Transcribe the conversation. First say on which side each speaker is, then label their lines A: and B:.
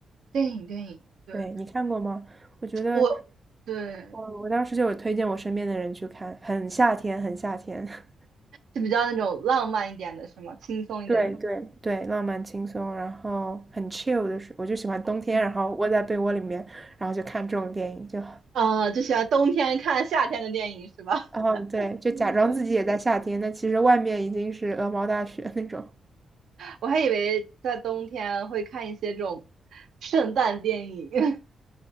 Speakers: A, on the right; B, on the right.
A: 电影电影，对
B: 对你看过吗？我觉得。
A: 我对
B: 我我当时就有推荐我身边的人去看，很夏天，很夏天。<laughs>
A: 是比较那种浪漫一点的，是吗？轻松一点的，
B: 对对对，浪漫轻松，然后很 chill 的是，我就喜欢冬天，
A: 嗯，
B: 然后窝在被窝里面，然后就看这种电影，就，
A: 啊，就喜欢冬天看夏天的电影是吧？
B: 嗯，对，就假装自己也在夏天，
A: <laughs> 对。
B: 但其实外面已经是鹅毛大雪那种。
A: 我还以为在冬天会看一些这种圣诞电影，<laughs>